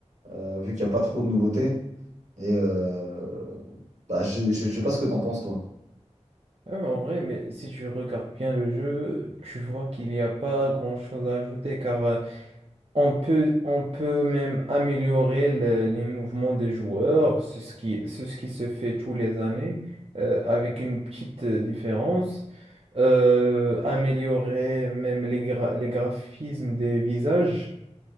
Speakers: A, on the right; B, on the right.
A: euh, vu qu'il n'y a pas trop de nouveautés. Et euh, bah, je, je, je sais pas ce que t'en penses, toi.
B: Ouais, mais en vrai, mais si tu regardes bien le jeu, tu vois qu'il n'y a pas grand-chose à ajouter, car euh, On peut, on peut même améliorer le- les mouvements des joueurs, c'est ce qui, c'est ce qui se fait tous les années, euh, avec une petite euh, différence. Euh, améliorer même les, gra- les graphismes des visages.